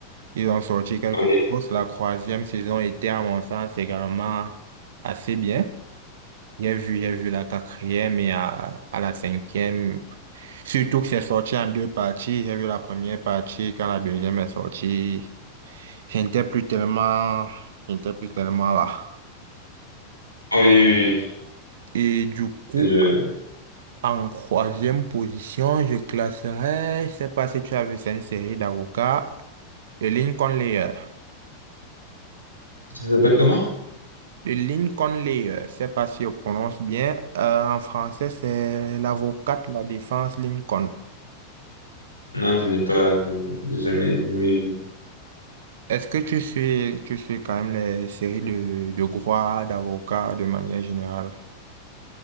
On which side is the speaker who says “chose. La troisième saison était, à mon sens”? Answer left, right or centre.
Right